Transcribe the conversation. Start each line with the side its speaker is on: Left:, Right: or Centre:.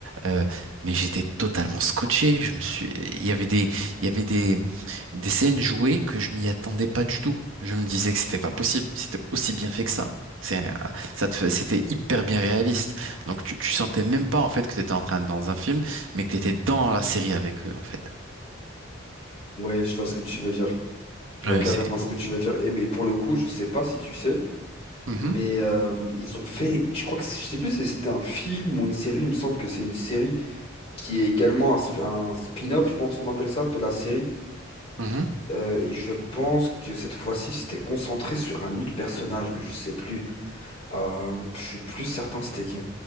Right: Euh, mais j'étais totalement scotché. Je me suis, il y avait des, il y avait des, des scènes jouées que je m'y attendais pas du tout. Je me disais que c'était pas possible. C'était aussi bien fait que ça. C'est, un- ça te fait- c'était hyper bien réaliste. Donc tu, tu sentais même pas en fait que t'étais en train de- dans un film, mais que t'étais dans la série avec eux en fait.
Left: Ouais, je vois ce que tu veux dire. Je vois
Right: Ouais,
Left: carrément
Right: c'est.
Left: ce que tu veux dire. Et mais pour le coup, je sais pas si tu sais,
Right: Mhm,
Left: mais euh, ils ont fait, je crois que c'est- je sais plus si c'était un film ou une série. Il me semble que c'est une série qui est également un, sp- un spin-off, je pense on appelle ça, de la série.
Right: mhm.
Left: Euh, et je pense que cette fois-ci, c'était concentré sur un autre personnage, mais je sais plus. Euh, je suis plus certain c'était qui.